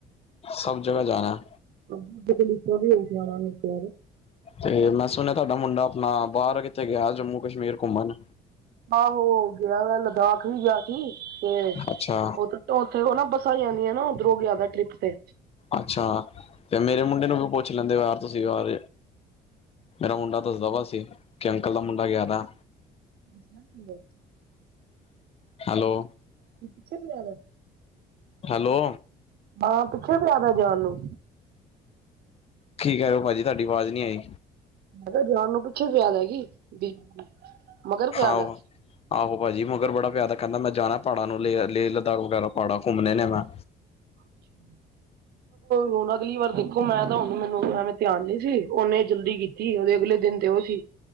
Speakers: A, on the left; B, on the right.
A: ਸਭ ਜਗ੍ਹਾ ਜਾਣਾ
B: <inaudible>
A: ਤੇ ਮੈ ਸੁਣਿਆ ਤੁਹਾਡਾ ਮੁੰਡਾ ਆਪਣਾ, ਬਾਰ ਕਿਥੇ ਗਿਆ, ਜੰਮੂ ਕਸ਼ਮੀਰ ਘੁੰਮਣ
B: ਆਹੋ ਗਿਆ ਵਾ, ਲੱਦਾਖ ਵੀ ਗਿਆ ਸੀ ਤੇ
A: ਅੱਛਾ
B: ਉਥ ਉਥੇ ਓਨਾ ਬੱਸਾਂ ਜਾਦੀਆਂ ਨਾ, ਉਧਰੋ ਜਿਆਦਾ ਟਰਿਪ ਤੇ
A: ਅੱਛਾ ਤੇ ਮੇਰੇ ਮੁੰਡੇ ਨੂੰ ਵੀ ਪੁੱਛ ਲੈਂਦੇ, ਯਾਰ ਤੁਸੀ ਬਾਰ ਮੇਰਾ ਮੁੰਡਾ ਦੱਸਦਾਵਾ ਸੀ ਕਿ ਅੰਕਲ ਦਾ ਮੁੰਡਾ ਗਿਆ ਵਾ।
B: <inaudible>
A: ਹੈਲੋ।
B: ਪਿੱਛੇ ਵੀ ਆ ਰਿਆ।
A: ਹੈਲੋ।
B: ਹਾਂ, ਪਿੱਛੇ ਪਿਆ ਦਾ ਜਾਣ ਨੂੰ।
A: ਕੀ ਕੈ ਰਹੇ ਓ ਭਾਜੀ, ਤੁਆਡੀ ਵਾਜ਼ ਨੀ ਆਈ।
B: ਮੈਂ ਕਿਹਾ ਜਾਣ ਨੂੰ ਪਿੱਛੇ, ਫਿਆਦ ਹੈਗੀ ਈ ਵੀ ਮਗਰ ਪਿਆ
A: ਹਾ,
B: ਦਾ
A: ਓ। ਆਹੋ ਭਾਜੀ, ਮਗਰ ਬੜਾ ਪਿਆਰ ਤਾਂ ਕੈਦਾ ਮੈਂ ਜਾਣਾ ਪਾੜਾਂ ਨੂੰ ਲੇ ਲੇਹ ਲਦਾਖ ਵਗੈਰਾ, ਪਾੜਾਂ ਘੁੰਮਣੇ ਨੇ ਮੈਂ
B: ਅੱਛਾ। ਹੁਣ ਅਗਲੀ ਵਾਰ ਦੇਖੋ, ਮੈਂ ਤਾਂ ਹੁਣ ਮੈਨੂੰ ਐਵੇਂ ਧਿਆਨ ਨੀ ਸੀ, ਓਹਨੇ ਜਲਦੀ ਕੀਤੀ। ਕੀ ਓਦੇ ਅਗਲੇ ਦਿਨ ਤੇ ਓ ਸੀ।